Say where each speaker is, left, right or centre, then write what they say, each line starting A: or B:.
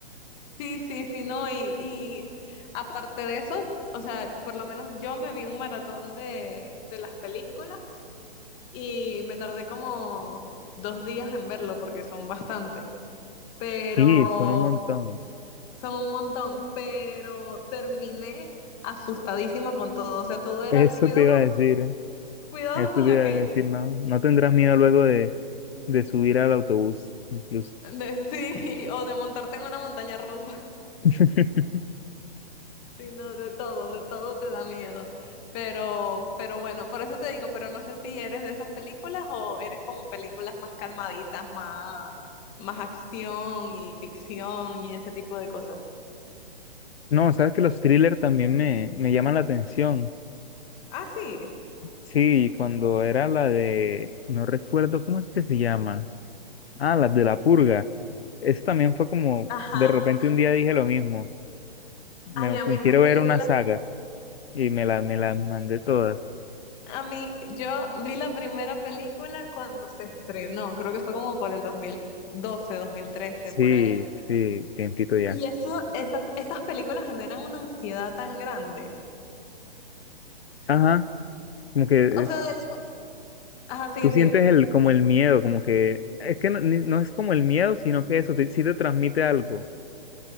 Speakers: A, on the left (about 15°); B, on the left (about 75°).
A: Sí, sí, sí, no. Y, y aparte de eso, o sea, por lo menos yo me vi un maratón de, de las películas. Y me tardé como dos días en verlo porque son bastantes, pero
B: Sí, son un montón.
A: son un montón, pero terminé asustadísima con todo. O sea, todo era
B: Eso
A: cuidado
B: te iba
A: con,
B: a decir, ¿eh?
A: cuidado
B: Eso
A: con
B: te
A: aquello.
B: iba a decir, no, no tendrás miedo luego de, de subir al autobús, incluso.
A: De, <laughs> sí, o de montarte en una montaña rusa,
B: <laughs>
A: <laughs> sino de todo, de todo te da miedo. Pero, pero bueno, por eso te digo, pero no sé si eres de esas películas o eres como películas más calmaditas, más, más acción y ficción y ese tipo de cosas.
B: No, sabes que los thrillers también me, me llaman la atención.
A: Ah, sí.
B: Sí, cuando era la de, no recuerdo cómo es que se llama. Ah, la de La Purga. Eso también fue como,
A: Ajá.
B: de repente un día dije lo mismo. Me,
A: Ay, a mí
B: me
A: esas
B: quiero
A: películas.
B: ver una saga. Y me las me las mandé todas.
A: A mí, yo vi la primera película cuando se estrenó, creo que fue como por el dos dos mil doce, dos mil trece,
B: Sí,
A: por ahí.
B: sí, tiempito ya.
A: Y eso, esa- esas películas generan una ansiedad tan grande.
B: Ajá, como que
A: O
B: es,
A: sea, de hecho, ajá, sigue,
B: tú sientes
A: sigue.
B: el, como el miedo, como que, es que no, ni- no es como el miedo, sino que eso te- sí te transmite algo,